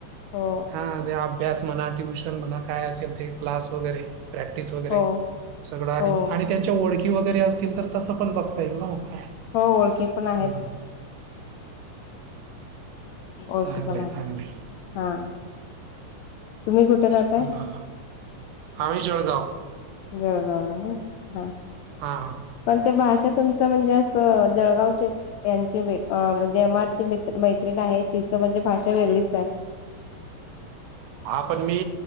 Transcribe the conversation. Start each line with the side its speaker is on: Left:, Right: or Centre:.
Left: हो
Right: हा ते अभ्यास म्हणा ट्युशन म्हणा काय असेल ते क्लास वगैरे प्रॅक्टिस वगैरे
Left: हो
Right: सगळं आणि
Left: हो
Right: आणि त्यांच्या ओळखी वगैरे असतील तर तसं पण बघता येईल ना काय
Left: हो ओळखी पण
Right: हम्म.
Left: आहेत ओळखे
Right: चांगलंय
Left: पण आहे
Right: चांगलंय.
Left: हा तुम्ही कुठे राहताय
Right: ह आम्ही जळगाव
Left: जर झाला हा
Right: हां हां
Left: पण ते भाषा तुमचं म्हणजे असं जळगावच्या त्यांची म्हणजे आरची म मैत्रिण आहे तिचं म्हणजे भाषा वेगळीच आहे
Right: हा पण मी